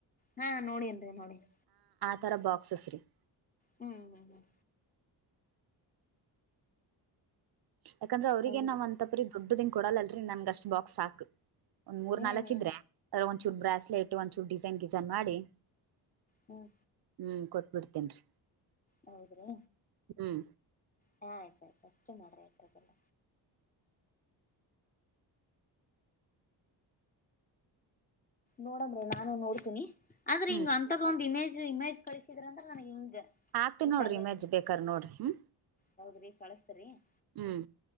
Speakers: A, on the left (about 20°); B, on the right (about 55°).
A: ಹಾ, ನೋಡಿನ್ರಿ, ನೋಡಿನಿ
B: ತರ ಬಾಕ್ಸಸ್ ರೀ <inaudible>
A: ಹ್ಮ್, ಹ್ಮ್, ಹ್ಮ್
B: ಯಾಕಂದ್ರ ಅವ್ರರಿಗೆಗ
A: ಹೌದು
B: ನಾವ್ ಅಂತಪ್ರೀ ದೊಡ್ಡದಂಗ್ ಕೊಡಲ್ಲಲ್ರಿ ನನ್ಗ ಅಷ್ಟ್ ಬಾಕ್ಸ್ ಸಾಕ್ ಒಂದ್ ಮೂರ್
A: ಹ್ಮ್
B: ನಾಲ್ಕ
A: ಹ್ಮ್
B: ಇದ್ರೆ ಅದ ಒಂದ್ಚೂರು ಬ್ರಾಸ್ಲೆಟ್ ಒಂದ್ಚೂರ್ ಡಿಸೈನ್ ಡಿಸೈನ್ ಮಾಡಿ.
A: ಹ್ಮ್
B: ಹ್ಞೂ ಕೊಟ್ಬಿಡ್ತೀನಿ ರೀ.
A: ಹೌದ್ರೀ
B: ಹ್ಮ್,
A: ಹಾ, ಆಯ್ತಾಯ್ತು ಅಷ್ಟು ಮಾಡ್ರೆ ಆಯ್ತದಲ್ಲ. ನೋಡಮ್ರಿ ನಾನು ನೋಡ್ತೀನಿ. ಅಂದ್ರೆ
B: ಹ್ಮ್
A: ಹಿಂಗ ಅಂತದೊಂದ ಇಮೇಜ್- ಇಮೇಜ್ ಕಳಿಸಿದ್ರ ಅಂದ್ರ ನನಗ ಹಿಂಗ
B: ಆಕ್ತಿನಿ
A: ಈ
B: ನೋಡ್ರಿ
A: ತರದ
B: ಇಮೇಜ್ ಬೇಕಾರ ನೋಡ್ರಿ ಹ್ಮ,
A: ಹೌದ್ರಿ ಕಳಸ್ತರಿ <unintelligible>
B: ಹ್ಮ್,